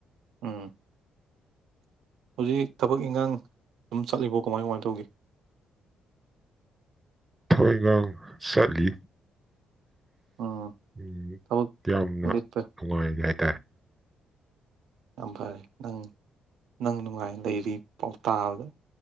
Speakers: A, on the right; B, on the right.
A: ꯎꯝ ꯍꯧꯖꯤꯛ ꯊꯕꯛ ꯏꯟꯈꯥꯡ ꯑꯗꯨꯝ ꯆꯠꯂꯤꯕꯣ ꯀꯃꯥꯏ ꯀꯃꯥꯏꯅ ꯇꯧꯒꯦ
B: ꯃꯣꯏꯒ ꯁꯥꯂꯤ
A: ꯎꯝ
B: ꯎꯝ
A: ꯊꯕꯛ
B: ꯌꯥꯝꯅ
A: ꯂꯦꯞꯄ
B: ꯅꯨꯡꯉꯥꯏꯖ ꯍꯥꯏ
A: ꯌꯥꯝ ꯐꯔꯦ ꯅꯪ ꯅꯪ ꯅꯨꯡꯉꯥꯏ ꯂꯩꯔꯤ ꯄꯥꯎꯇꯥꯕꯗ